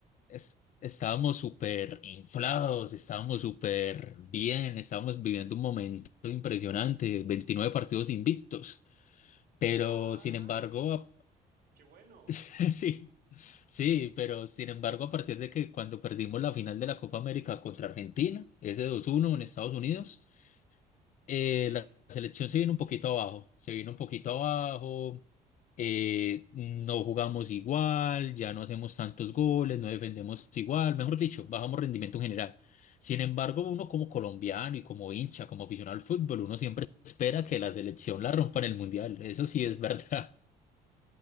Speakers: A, on the left; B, on the right.
A: es- estábamos súper inflados, estábamos súper bien, estábamos viviendo un momento impresionante, 29 partidos invictos. Pero
B: Ah,
A: sin embargo,
B: qué bueno.
A: <laughs> Sí, sí, pero sin embargo, a partir de que cuando perdimos la final de la Copa América contra Argentina, ese dos uno en Estados Unidos, eh,
B: Sí,
A: la selección se vino un poquito abajo, se vino un poquito abajo, eh, no jugamos igual, ya no hacemos tantos goles, no defendemos igual, mejor dicho, bajamos rendimiento en general. Sin embargo, uno como colombiano y como hincha, como aficionado al fútbol, uno siempre espera que la selección la rompa en el mundial, eso sí es verdad,